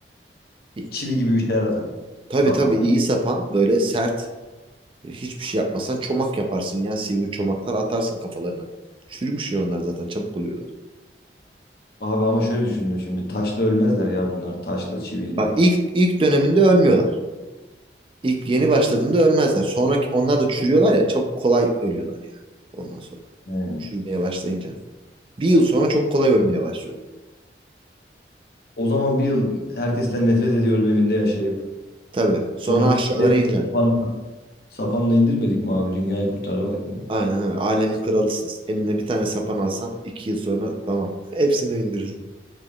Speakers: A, on the right (about 30°); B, on the left (about 60°).
A: İ-
B: çivi gibi bir şeyler atarız.
A: Tabii
B: Sapanla.
A: tabii iyi sapan böyle sert. Hiçbir şey yapmazsan çomak yaparsın ya. Sivri çomaklar atarsın kafalarına. Çürümüş ya onlar zaten çabuk oluyorlar.
B: Abi ama şöyle düşündüm şimdi. Taşla ölmezler ya bunlar. Taşla, çiviyle.
A: Bak ilk ilk döneminde ölmüyorlar. İlk yeni başladığında ölmezler. Sonraki onlar da çürüyorlar ya çok kolay ölüyorlar ya. Ondan sonra
B: Aynen.
A: çürümeye başlayınca. Bir yıl sonra çok kolay ölmeye başlıyor.
B: O zaman bir yıl herkesten nefret ediyorum evinde yaşayıp.
A: Tabii. Sonra
B: Sonra
A: aşağılara
B: hepsini
A: ineceksin.
B: sapanla, sapanla indirmedik mi abi? Dünyayı kurtarmadık mı?
A: Aynen öyle. Alemin kralısınız. Eline bir tane sapan alsan iki yıl sonra tamam. <laughs> Hepsini indirirsin.